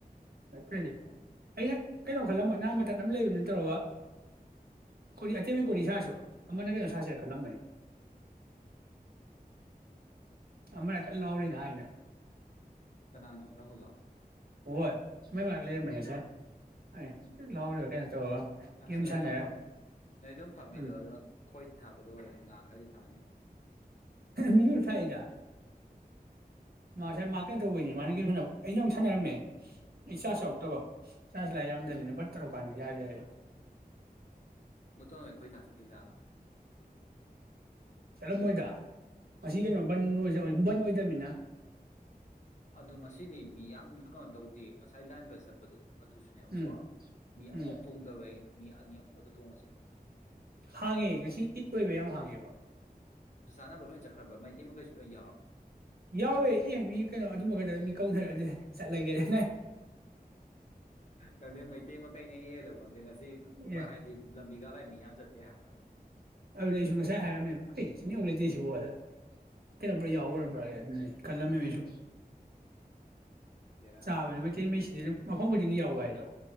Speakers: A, on the right; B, on the left.
A: ꯃꯠꯇꯜꯂꯤ
B: ꯑꯣ
A: ꯑꯩꯅ ꯀꯩꯅꯣ ꯈꯜꯂꯝꯕ ꯑꯅꯥ ꯃꯇꯊꯛ ꯑꯃ ꯂꯩꯕꯅ ꯇꯧꯔꯒ ꯀꯣꯔꯤ ꯑꯇꯦꯝꯕ ꯀꯣꯔꯤ ꯁꯥꯁꯨ ꯑꯃꯅ ꯀꯩꯅꯣ ꯁꯥꯁꯤꯔ ꯈꯜꯂꯝꯕꯅꯤ ꯑꯃꯅ ꯀ ꯂꯥꯎꯔꯤꯅ ꯍꯥꯏꯗ
B: ꯀꯅꯥꯅꯣ ꯔꯍꯨꯂ
A: ꯍꯣꯏ ꯃ ꯃꯥꯥꯛ ꯂ ꯃꯁꯦ ꯑꯦ
B: ꯎꯝ
A: ꯂꯥꯎꯔꯤ ꯀꯩꯅꯣ ꯇꯧ
B: ꯑꯁ
A: ꯀꯔꯤꯝ
B: ꯅꯣꯏ
A: ꯁꯥꯟꯅꯔꯦ
B: ꯑꯗꯨꯝ ꯐꯝ ꯅꯣꯏ ꯑꯗꯨꯝ ꯐꯝꯃꯤꯗꯣ
A: ꯎꯝ
B: ꯑꯗꯣ ꯈꯣꯏ ꯊꯥꯛꯄꯗ ꯑꯣꯏꯔꯁꯨ ꯉꯥ ꯈꯔꯗꯤ ꯐꯥꯅꯤ
A: ꯃꯤꯉꯣ ꯊꯥꯛꯏꯗ ꯃꯥꯁꯦ ꯃꯥ ꯀꯩꯗꯧꯕꯩꯅꯤ ꯃꯥꯅ ꯀꯣ ꯁꯥꯟꯅꯕ ꯑꯩꯅ ꯑꯃꯨꯛ ꯁꯥꯟꯅꯔꯝꯃꯦ
B: ꯑꯥ
A: ꯏꯥ ꯁꯎꯗꯕ ꯆꯥꯁ ꯂꯥꯏ ꯌꯥꯗ ꯔꯠꯇꯔꯣ ꯀꯥꯟꯅꯤ ꯌꯥꯗ
B: ꯃꯨ ꯇꯈꯣꯏ ꯊꯥꯥꯁ ꯀ ꯆꯂ
A: ꯁꯔ ꯃꯣꯏꯗ ꯑꯁꯤ ꯀꯩꯅꯣ ꯕꯟ
B: ꯑꯣ
A: ꯑꯣꯏ ꯑꯣꯏ ꯗꯃꯤꯅꯥ
B: ꯑꯗꯨ ꯉꯁꯤꯗꯤ ꯃꯤ ꯌꯥꯝ ꯀꯩꯅꯣ ꯇꯧꯗꯦ ꯉꯁꯥꯏ ꯂꯥꯏꯟꯕ ꯆꯠꯄꯗꯣ ꯑꯗꯨꯁꯨꯅꯦꯕꯀꯣ
A: ꯎꯝ
B: ꯃꯤ ꯑꯃꯐꯥꯎ
A: ꯎꯝ
B: ꯇꯣꯡꯗꯕꯦ ꯃꯤ ꯑꯅꯤ ꯑꯍꯨꯝꯛꯇ ꯇꯣꯡꯉꯒ ꯆꯠꯄ
A: ꯍꯥꯡꯉꯦ ꯉꯁꯤ ꯏꯠꯣꯏꯕ ꯌꯥꯝ ꯍꯥꯡꯉꯦꯕ
B: ꯁ ꯆꯥꯟꯅꯕ ꯂꯣꯏ ꯆꯠꯈ꯭ꯔꯕ ꯃꯩꯇꯩ ꯃꯩꯁꯨ ꯂꯣꯏ ꯌꯥꯎꯔꯕꯦ
A: ꯌꯥꯎꯋꯦ ꯏ ꯃꯤ ꯀꯩꯅꯣ ꯑꯗꯨꯃꯒꯗ ꯃꯤ ꯀꯧꯅꯔꯦ ꯆꯠꯂꯒꯦꯔꯣ
B: ꯀꯪꯗꯦꯝ ꯃꯩꯇꯩ ꯃꯈꯩꯅ ꯍꯦꯛ ꯂꯧꯔꯝꯗꯦ ꯉꯁꯤ
A: ꯑꯦ
B: ꯑꯕ ꯍꯥꯏꯗꯤ ꯂꯝꯕꯤꯒ ꯂꯥꯏ ꯃꯤ ꯌꯥꯝ ꯆꯠꯇꯦ ꯍꯥꯏ ꯃ ꯑꯗꯨ
A: ꯑꯗꯨꯗ ꯑꯩꯁꯨ ꯉꯁꯥꯏ ꯍꯥꯏꯔꯝꯃꯦꯕ ꯀꯔꯤ ꯁꯤꯃꯤꯨ ꯂꯩꯇꯦ ꯁꯤꯕꯨꯣ ꯑꯗ ꯀꯩꯅꯣ꯭ꯔꯥ ꯌꯥꯎꯈ꯭ꯔꯕ꯭ꯔꯥ ꯑꯗꯨ ꯈꯜꯂꯝꯃꯦꯕꯁꯨ
B: ꯕꯦꯔꯥ
A: ꯆꯥꯕ
B: ꯀꯥꯔꯦ
A: ꯃꯥ
B: ꯇꯧꯔꯦ
A: ꯃꯦꯁꯤ ꯈꯣꯡ ꯈꯨꯗꯤꯡ ꯌꯥꯎꯕ ꯍꯥꯏꯗꯣ